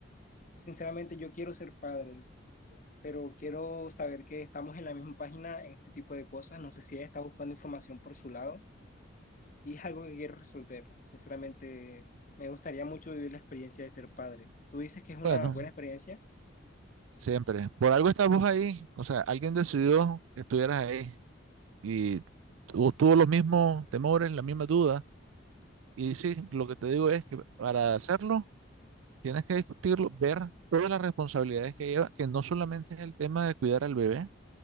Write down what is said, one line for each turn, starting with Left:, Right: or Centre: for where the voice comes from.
Left: sinceramente, yo quiero ser padre, pero quiero saber que estamos en la misma página en este tipo de cosas. No sé si ella está buscando información por su lado. y es algo que quiero resolver. Sinceramente, me gustaría mucho vivir la experiencia de ser padre. Tú dices que es una
Right: Bueno,
Left: buena experiencia,
Right: siempre. Por algo estás vos ahí, o sea, alguien decidió que estuvieras ahí. y tu- tuvo los mismos temores, las mismas dudas. Y sí, lo que te digo es que para hacerlo tienes que discutirlo, ver todas las responsabilidades que lleva, que no solamente es el tema de cuidar al bebé,